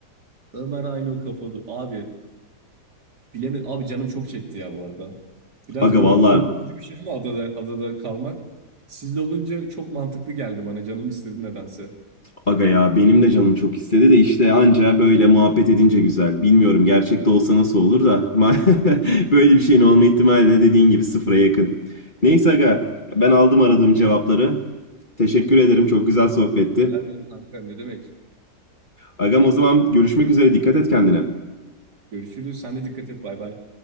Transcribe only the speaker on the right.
Ömer aynı o kafalı. Abi Bilemedim. Abi canım çok çekti ya bu arada. Biraz
böyle
korkutucu bir şey ama adada, adada kalmak. Sizle olunca çok mantıklı geldi bana. Canım istedi nedense.
Rica ederim kanka. Ne demek?
Görüşürüz. Sen de dikkat et. Bay bay.